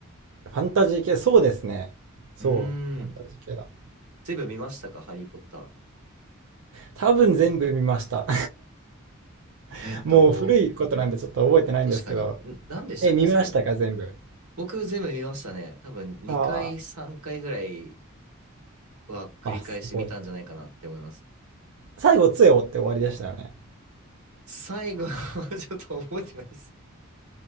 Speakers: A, on the right (about 60°); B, on the right (about 85°).
A: うファンタジー系、そうですね。そう、
B: うーん。
A: ファンタジー系だ。
B: 全部見ましたか、ハリー・ポッタ
A: 多分全部見ました。<laughs>
B: ー。えーっと、
A: もう古いことなんでちょっと覚えてないんですけど。
B: 確かに。ん、何でしたっけ、
A: え、見ましたか、
B: 最後。
A: 全部。
B: 僕全部見ましたね。多分2回、
A: あ
B: 3回ぐらいは繰り返し見たんじゃないかなって思います。
A: あ、あ、すごい。最後、杖を折って終わりでしたよね。
B: 最後 <laughs> ちょっと覚えてないです